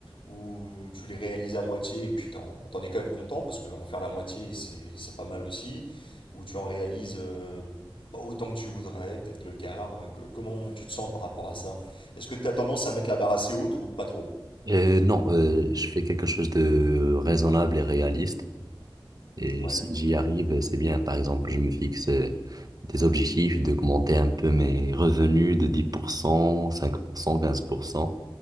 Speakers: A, on the left; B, on the right.
A: ou tu les réalises à moitié et puis t'en, t'en es quand même content, parce qu'en faire la moitié, c'est, c'est pas mal aussi, ou tu en réalises euh, pas autant que tu voudrais, peut-être le quart. euh, que- comment tu te sens par rapport à ça? Est-ce que tu as tendance à mettre la barre assez haute ou pas trop?
B: Euh, non, euh, je fais quelque chose de raisonnable et réaliste. Et
A: Ouais,
B: si
A: ok.
B: j'y arrive, c'est bien. Par exemple, je me fixe euh, des objectifs d'augmenter un peu mes revenus de dix pour pour cent, cent, cinq pour cent, quinze pour cent.